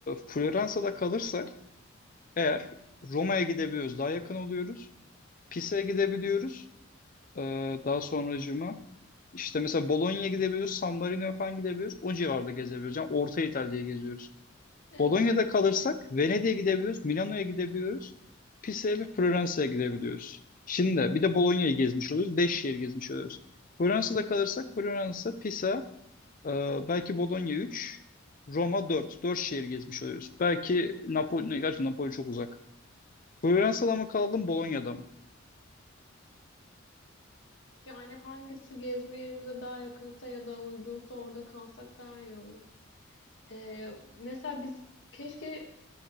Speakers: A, on the left; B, on the left.
A: Floransa'da kalırsak eğer Roma'ya gidebiliyoruz daha yakın oluyoruz. Pisa'ya gidebiliyoruz. Ee, daha sonracığıma işte mesela Bologna'ya gidebiliyoruz, San Marino'ya falan gidebiliyoruz. O civarda gezebiliyoruz. Yani Orta İtalya'ya geziyoruz.
B: Evet.
A: Bologna'da kalırsak Venedik'e gidebiliyoruz, Milano'ya gidebiliyoruz. Pisa'ya ve Floransa'ya gidebiliyoruz. Şimdi bir de Bologna'yı gezmiş oluyoruz. Beş şehir gezmiş oluyoruz. Floransa'da kalırsak Floransa, Pisa, e, belki Bologna 3, Roma 4, 4 şehir gezmiş oluyoruz. Belki Napoli, gerçi Napoli çok uzak. Floransa'da mı kalalım, Bologna'da mı?
B: Yani hangisi gezme yerimize daha yakınsa ya da uygunsa orada kalsak daha iyi olur. Ee, mesela biz keşke